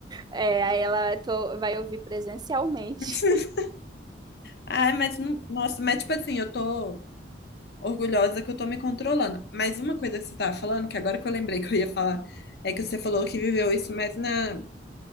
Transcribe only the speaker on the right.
É, aí ela tô- vai ouvir presencialmente.